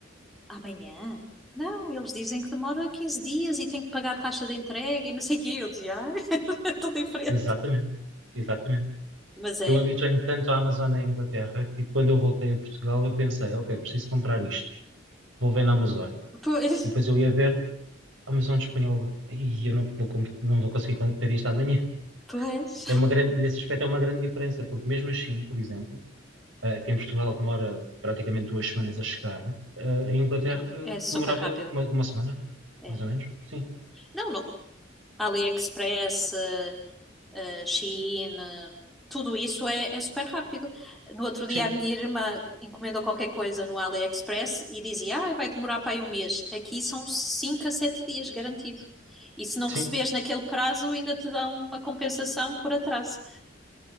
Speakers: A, in the centre; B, on the right.
A: Amanhã? Não, eles dizem que demora 15 dias e tem que pagar a taxa de entrega e não sei o quê. Eu dizia: ah, <laughs> estou diferente.
B: Exatamente, exatamente.
A: Mas é,
B: Eu habituei-me tanto à Amazon na Inglaterra que quando eu voltei a Portugal eu pensei, ok, preciso comprar isto, vou ver na Amazon.
A: pois,
B: E depois eu ia ver, Amazon espanhola, e eu não vou, com- não vou conseguir ter isto amanhã.
A: pois,
B: É uma grande, nesse aspecto é uma grande diferença, porque mesmo assim, por exemplo, eh, que em Portugal demora praticamente duas semanas a chegar, eh, em Inglaterra
A: é, é super
B: demorava
A: rápido.
B: uma, uma semana,
A: É.
B: mais ou menos. Sim,
A: Não, não, AliExpress, eh, eh, Shein, eh, tudo isso é, é super rápido. No outro dia,
B: sim,
A: a minha irmã encomendou qualquer coisa no AliExpress e dizia: Ah, vai demorar para aí um mês. Aqui são 5 a 7 dias, garantido. E se não
B: sim.
A: receberes naquele prazo, ainda te dá uma compensação por atraso.